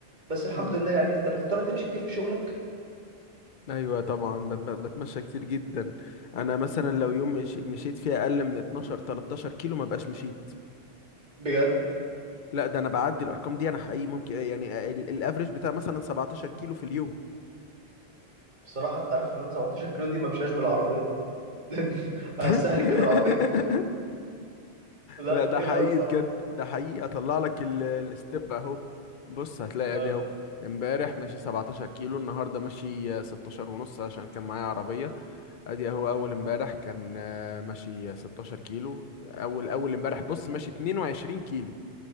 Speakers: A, on the right (about 45°); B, on the left (about 55°).
A: بس الحمد
B: هم.
A: لله يعني أنت بتضطر تمشي كتير في شغلك
B: ايوه طبعا بت- بت- بتمشى كتير جدا انا مثلا لو يوم مش- مشيت فيه اقل من 12 13 كيلو ما بقاش مشيت
A: بجد
B: لا ده انا بعدي الارقام دي انا حقيقي ممكن يعني الافريج بتاع مثلا 17 كيلو في اليوم
A: بصراحة أنت عارف إن أنا 17 كيلو دي ما مشاش بالعربية <laughs> لأن هستهلك
B: <laughs>
A: كده العربية كتير لا
B: لا ده
A: كتير
B: حقيقي
A: قوي بصراحة
B: بجد ده حقيقي اطلع لك ال- الستيب اهو بص هتلاقي
A: لا
B: ادي
A: لا
B: اهو امبارح ماشي 17 كيلو النهارده ماشي 16 ونص عشان كان معايا عربيه ادي اهو اول امبارح كان آه، ماشي 16 كيلو اول اول امبارح بص ماشي 22 كيلو